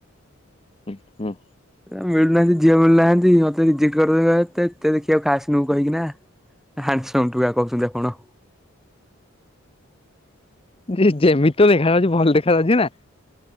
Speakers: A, on the left; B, in the centre.
A: ହୁଁ ହୁଁ।
B: ମିଳୁନାହାନ୍ତି ଝିଅ ମିଳୁନାହାନ୍ତି ମତେ ରିଯେକ୍ଟ କରି ଦଉଛନ୍ତି ଦେତେ ଦେଖିବାକୁ ଖାସ୍ କହିକି ନା। ହାଣ୍ଡସମ ଟୁକା କହୁଛନ୍ତି ଆପଣ।
A: ଯେ ଯେମିତି ଦେଖାଯାଉଛି ଭଲ ଦେଖା ଯାଉଛି ନା।